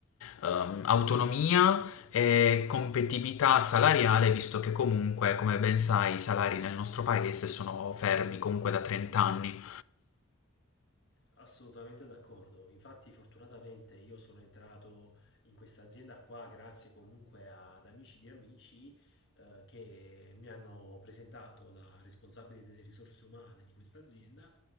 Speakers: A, on the left (about 75°); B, on the left (about 55°).
A: ehm, autonomia e competitività salariale, visto che comunque, come ben sai, i salari nel nostro paese sono fermi comunque da 30 anni.
B: Assolutamente d'accordo. Infatti, fortunatamente io sono entrato in questa azienda qua grazie comunque ad amici di amici eh, che mi hanno presentato la responsabile delle risorse umane di questa azienda.